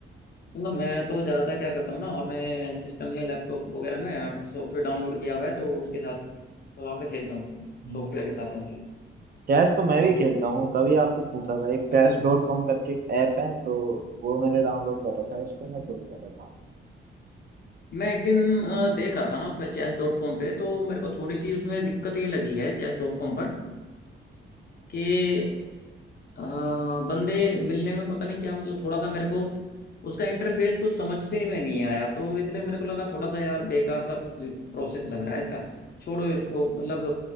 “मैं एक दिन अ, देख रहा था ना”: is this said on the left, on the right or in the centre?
Left